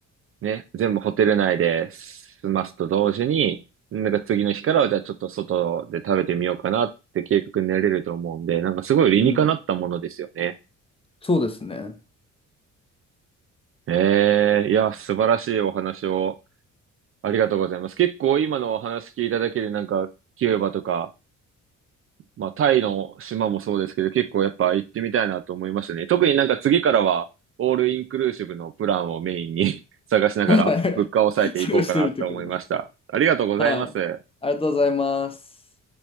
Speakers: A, on the right (about 45°); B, on the left (about 20°).
A: ね、全部ホテル内で済ますと同時に、なんか次の日からはじゃあちょっと外で食べてみようかなって計画になれると思うんで、なんかすごい理にかなったものですよね。
B: うん。そうですね。
A: ええいや、素晴らしいお話をありがとうございます。結構今のお話聞いただけでなんかキューバとか、まあタイの島もそうですけど結構やっぱ行ってみたいなと思いましたね。特になんか次からはオールインクルーシブのプランをメインに <laughs> 探しながら物価を抑えていこうかなと思いました。
B: はい。<laughs> 探してみてく
A: ありがとうございます。
B: ださい。はい。ありがとうございます。